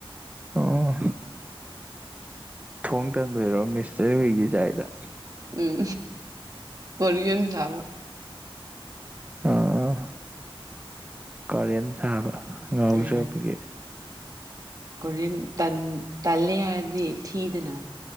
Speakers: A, on the right; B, on the right.
A: ꯑꯣ ꯊꯣꯡ ꯇꯟꯕꯩꯔꯣ ꯃꯤꯁꯁꯦ ꯃꯦꯒꯤ ꯆꯥꯏꯗꯣ
B: ꯎꯝ ꯀꯣꯔꯤꯌꯟ ꯁꯥꯕ
A: ꯑꯣ ꯑꯣ ꯀꯣꯔꯤꯌꯟ ꯁꯥꯕ ꯉꯥꯎꯖꯕꯒꯤ
B: ꯎꯝ ꯀꯣꯔꯤꯌꯟ ꯇꯟ ꯇꯜꯂꯦ ꯍꯥꯏꯔꯗꯤ ꯊꯤꯗꯅ